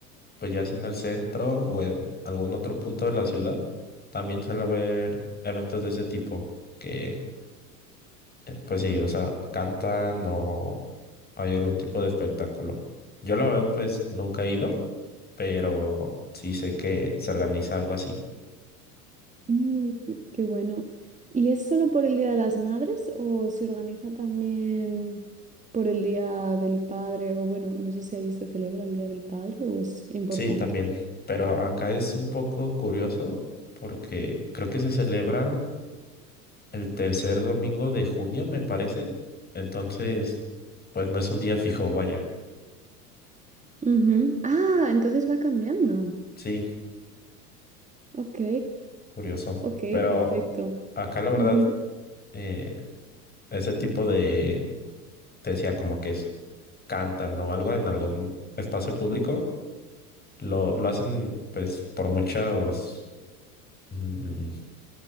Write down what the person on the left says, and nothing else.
pues ya sea en el centro o en algún otro punto de la ciudad, también suele haber eventos de ese tipo que eh, pues sí, o sea, cantan o hay algún tipo de espectáculo. Yo la verdad pues nunca he ido, pero sí sé que se organiza algo así.
Sí, también, pero acá es un poco curioso porque creo que se celebra el tercer domingo de junio, me parece. Entonces, pues no es un día fijo, vaya.
Sí,
curioso.
Pero
acá
la verdad,
eh, ese tipo de, te decía como que es, cantan o algo en algún espacio público, lo, lo hacen pues por muchos, mm,